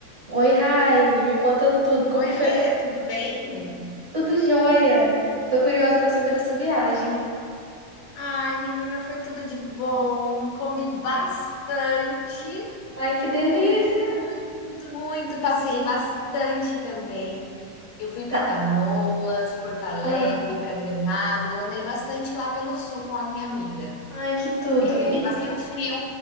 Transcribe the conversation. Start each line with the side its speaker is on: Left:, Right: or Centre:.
Right: Oi, Rai, me conta tudo, como
Left: Oi,
Right: que foi?
Left: Lê, tudo bem?
Right: Tudo jóia. Tô curiosa pra saber da sua viagem.
Left: Ai, menina, foi tudo de bom. Comi bastante,
Right: Ai, que delícia.
Left: comi muito, muito, muito. Passei bastante também. Eu fui para
Right: Tá.
Left: Canoas, Porto Alegre,
Right: Ah,
Left: para Gramado. Eu andei bastante lá pelo sul com a minha amiga.
Right: ai, que tudo.
Left: Eu
Right: E
Left: passei um frio,